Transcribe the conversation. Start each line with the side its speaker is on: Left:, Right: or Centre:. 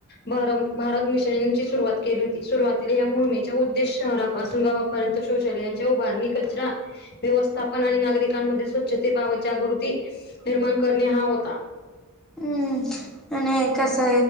Left: भार भारत मिशनची सुरुवात केली होती सुरुवातीला या मोहिमेचा उद्देश शहरापासून गावा परंतु शौचालयाच्या उभारणी कचरा व्यवस्थापन आणि नागरिकांमध्ये व्छतेबाबत जागृती निर्माण करणे हा होता
Centre: हम्म आणि स